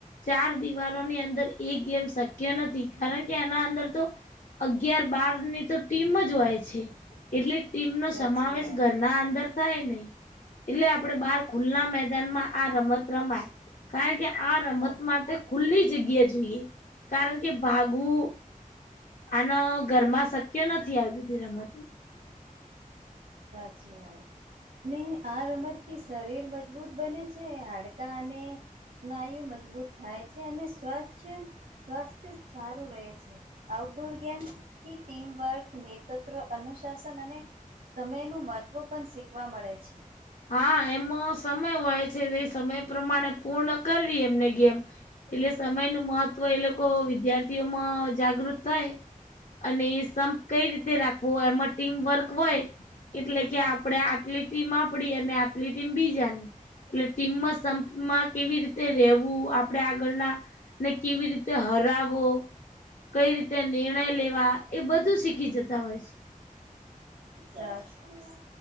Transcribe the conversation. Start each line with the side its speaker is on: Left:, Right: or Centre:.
Left: ચાર દિવાલોની અંદર એ ગેમ શક્ય નથી કારણ કે એના અંદર તો. અગયાર બાર ની તો ટીમ જ હોય છે એટલે ટીમનો
Right: સાચી
Left: સમાવેશ
Right: વાત
Left: ઘરના અંદર. થાય નહી એટલે આપડે બાર ખુલ્લા મેદાનમાં આ રમત રમાય. કારણ કે આ રમત
Right: સાચી
Left: માટે ખુલ્લી જગ્યા જોઈએ કારણ કે ભાગવું. આના ઘરમાં શક્ય નથી આવી બીધી રમતો.
Right: સાચી વાત. નહી આ રમતથી શરીર મજબૂત બને છે હાડકા અને. સ્નાયુ મજબૂત થાય છે અને સ્વસ્થ સ્વાસ્થ્ય સારું રહે છે. આઉટડોર ગેમ્થી ટીમવર્ક નેતૃત્વ અનુશાસન અને. સમયનું મહત્ત્વ પણ શીખવા મળે છે.
Left: હા એમ સમય હોય છે એ સમય પ્રમાણે પૂર્ણ કરવી એમને ગેમ. એટલે સમય નું મહત્વ એ લોકો વિદ્યાર્થીઓમાં જાગૃત થાય. અને સંપ કઈ રીતે રાખવો હોય એમાં ટીમ વર્ક હોય. એટલે કે આપણે આટલી ટીમ આપડી અને આટલી ટીમ બીજાની. એટલે ટીમમાં સંપમાં કેવી રીતે રવું આપડે આગળના ને કેવી રીતે હરાવો. કઈ રીતે નિર્ણય લેવા એ બધું શીખી જતા હોય છે.
Right: સાચી